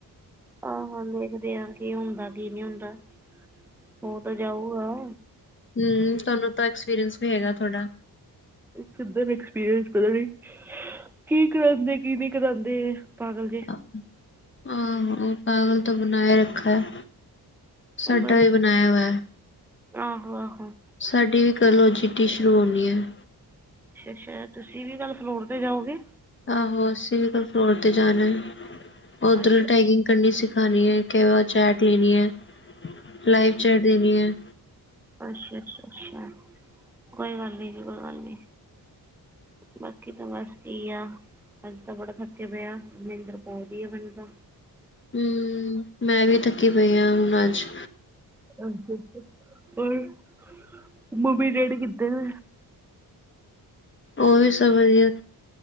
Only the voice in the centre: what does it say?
ਹਾਂ ਦੇਖਦੇ ਆ ਕੀ ਹੁੰਦਾ। ਕੀ ਕੀ ਹੁੰਦਾ ਹੋ ਤਾਂ ਜਾਊਗਾ।
ਕਿੱਦਾਂ ਦਾ ਐਕਸਪੀਰੀਅੰਸ ਪਤਾ ਨੀ। ਕੀ ਕਰਾਂਦੇ ਕੀ ਨਹੀਂ ਕਰਾਉਂਦੇ ਪਾਗਲ ਜੇ
ਬਸ
ਆਹੋ ਆਹੋ
ਅੱਛਾ, ਅੱਛਾ ਤੁਸੀਂ ਵੀ ਕੱਲ੍ਹ ਫਲੋਰ ਤੇ ਜਾਓਗੇ?
ਅੱਛਾ
ਅੱਛਾ
ਅੱਛਾ, ਅੱਛਾ, ਅੱਛਾ ਕੋਈ ਗੱਲ ਨੀ ਜੀ ਕੋਈ ਗੱਲ ਨੀ। ਬਾਕੀ ਤਾਂ ਬਸ ਕੀ ਆ। ਅਜ ਤਾਂ ਬੜਾ ਥੱਕੇ ਪਏ ਆ ਨਿੰਦਰ ਪਾਂਉਂਦੀ ਆ ਮੈਨੂੰ ਤਾਂ
ਓਕੇ, ਓਕੇ ਹੋਰ ਮੰਮੀ ਡੈਡੀ ਕਿੱਧਰ?